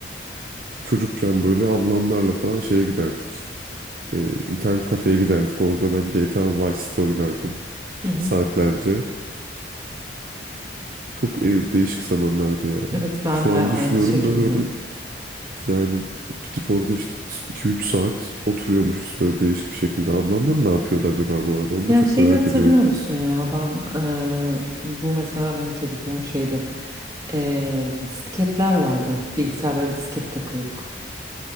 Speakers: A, on the right; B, on the right.
A: çocukken böyle ablamlarla falan şeye giderdik. Ee, internet kafeye giderdik. Orada ben GTA Vice City oynardım
B: hı. hı.
A: saatlerce. Çok e, değişik zamanlardı ya.
B: Evet ben
A: Şu
B: de
A: an
B: aynı
A: düşünüyorum
B: şekilde.
A: da böyle yani gidip orada işte 2-3 saat oturuyormuşuz böyle değişik bir şekilde. Ablamlar ne yapıyordu acaba bu arada? Onu
B: Ya
A: da çok
B: şeyi
A: merak
B: hatırlıyor
A: ediyordum.
B: musun ya ben eee, bu mesela benim çocukluğum şeydir Eee, disketler vardı bilgisayarlara disket takıyorduk.